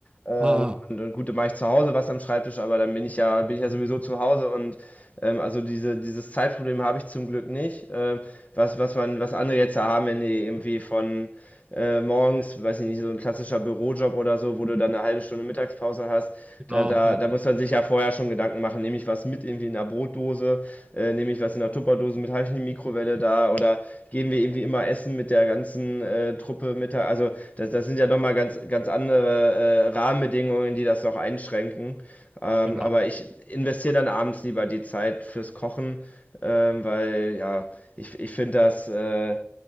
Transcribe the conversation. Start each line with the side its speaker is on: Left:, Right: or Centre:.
Left: Ähm,
Right: Ah,
Left: und, und gut, dann mache ich zu Hause was am Schreibtisch, aber dann bin ich ja, bin ich ja sowieso zu Hause und ähm, also diese, dieses Zeitproblem habe ich zum Glück nicht. Ähm, was, was man, was andere jetzt ja haben, wenn die irgendwie von äh, morgens, weiß ich nicht, so ein klassischer Bürojob oder so, wo du dann eine halbe Stunde Mittagspause hast,
Right: genau,
Left: da, da,
Right: ja,
Left: da muss man sich ja vorher schon Gedanken machen, nehme ich was mit irgendwie in der Brotdose Brotdose, äh, nehme ich was in der Tupperdose mit, habe ich eine Mikrowelle da oder gehen wir irgendwie immer essen mit der ganzen äh, Truppe mit der, also das, das sind ja nochmal ganz, ganz andere äh, Rahmenbedingungen, die das noch einschränken. Ähm,
Right: genau.
Left: aber ich investiere dann abends lieber die Zeit fürs Kochen, ähm, weil ja, ich, ich finde das, äh,